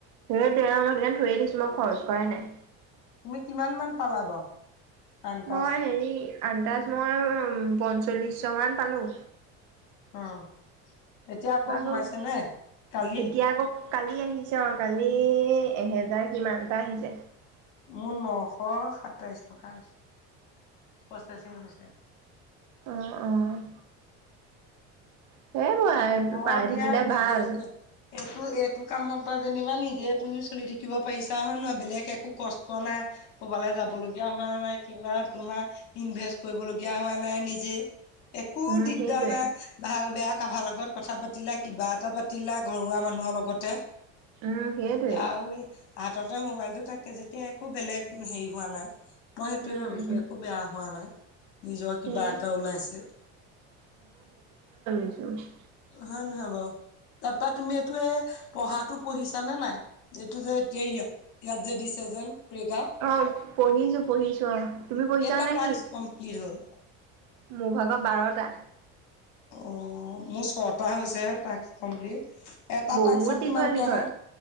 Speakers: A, on the right (about 65°); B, on the left (about 65°).
A: সেইটোৱে অ', মই সেইটো কাৰণে থৈয়ে দিছো, মই খৰচ কৰাই নাই।
B: তুমি কিমান মান পালা বাৰু? আনতাজ
A: মই হেৰি আন্দাজ মই পঞ্চল্লিচশ মান পালো।
B: অ' এতিয়া আকৌ সোমাইছেনে?
A: হ'ল
B: কালি।
A: এতিয়া আকৌ কালি আহিছে অ' কালি এহেজাৰ কিমানটা আহিছে।
B: মোৰ নশ সাতাইশ টকা হৈছে প্ৰচেচিং হৈছে।
A: অ' অ' সেই মই <unintelligible>
B: হওক
A: পাই
B: দিয়া
A: থাকিলে
B: নিজে
A: ভাল।
B: এইটো এইটো কামৰ পৰা যেনিবা নিজে তুমি চলি থাকিব পাৰিছা হয় নে নহয় বেলেগ একো কষ্ট নাই। কৰ'বালৈ যাব লগীয়া হোৱা নাই কিবা তোমাৰ ইনভেষ্ট কৰিবলগীয়া হোৱা নাই নিজে। এহ একো
A: উম
B: দিগদাৰ
A: সেইটোৱে
B: নাই ভাল বেয়া কাবাৰ লগত কথা পাতিলা কিবা এটা পাতিলা ঘৰুৱা মানুহৰ লগতে।
A: উম সেইটোৱে
B: এতিয়া আৰু হাততে মোবাইলটো থাকে যেতিয়া একো বেলেগ হেৰি হোৱা নাই। মই সেইটোৱে
A: উম
B: ভাবিছো
A: উম
B: একো বেয়া হোৱা নাই। নিজৰ
A: সেই
B: কিবা এটা ওলাইছে।
A: আ <unintelligible>
B: হয় নহয় বাৰু। তাৰপা তুমি এইটো এ পঢ়াতো পঢ়িছা নে নাই এইটো যে এতিয়া ইয়াত ইয়াত যে দিছে যেন প্ৰেৰেগ্ৰাপ?
A: অ' পঢ়িছো পঢ়িছো অ'। তুমি পঢ়িছা
B: কেইটা
A: নেকি?
B: টাস্ক কমপ্লিট হ'ল?
A: মোৰ ভাগৰ বাৰটা।
B: অ' মোৰ ছটা হৈছেহে টাস্ক কমপ্লিট। এটা
A: বহুত
B: টাস্কতলত
A: দীঘল
B: কিমানকে
A: দীঘল
B: আহে।